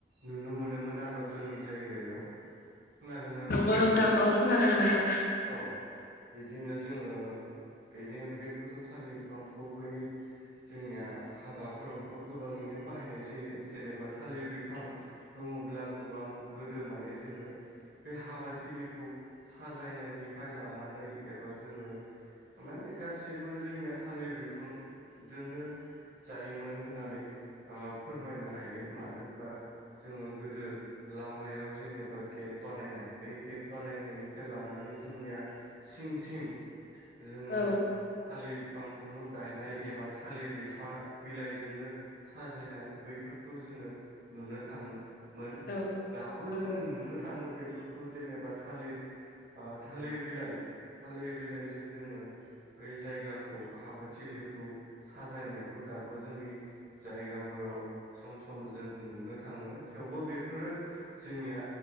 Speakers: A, on the right; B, on the left.
A: नुनो मोनोमोन आरो जोंनि जायगायाव। खोनादों ना नोंथां
B: नंगौ औ खोनादों नोंथां।
A: औ बिदिनो जोङो बेनि अनगायैबोथ' थालिर बिफांखौ बै जोंनिया हाबाफोरावथ' गोबाङैनो बाहायनाय जायो जेनेबा थालिर बिफां बुङोब्ला गोबां गोदो माने जोङो बे हाबाथिलिखौ साजायनायनिफ्राय लानानै एबा जोङो माने गासैबो जोंनिया थालिर बिफांजोंनो जायोमोन होननानै फोरमायनो हायो मानो होनबा जोङो गोदो लामायाव जेनेबा गेट बानायनाय बै गेट बानायनायनिफ्राय लानानै जोंनिया सिं सिं जोङो
B: औ
A: थालिर बिफांखौनो गायनाय एबा थालिर बिफां बिलाइजोंनो साजायनाय बैफोरखौ जोङो नुनो थाङो। मोन
B: औ
A: दाबो
B: नंगौ
A: जोङो नुनो थाङो बेफोरखौ जेनेबा थालिर थालिर बिलाइ थालिर बिलाइजों जोङो बै जायगाखौ आबादथिलिखौ साजायनायखौ दाबो जोंनि जायगाफोराव सम सम जोङ नुनो थाङो थेवबो बेफोरो जोंनिया